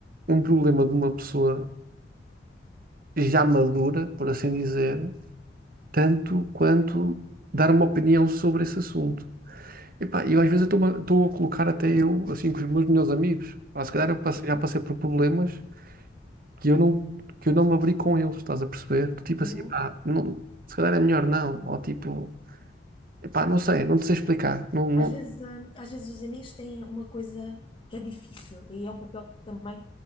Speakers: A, on the right (about 50°); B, on the left (about 30°).
A: um problema de uma pessoa já madura, por assim dizer, tanto quanto dar uma opinião sobre esse assunto. Epá, eu às vezes estou-me a estou a colocar até eu, assim, com os meus melhores amigos. Pá, se calhar eu passe- já passei por problemas que eu não, que eu não me abri com eles, estás a perceber? Tipo
B: Uhum.
A: assim, pá, não, se calhar é melhor não. Ou tipo, epá, não sei, não te sei explicar. Não, não-
B: Às vezes, hum, às vezes os amigos têm uma coisa que é difícil e é um papel que também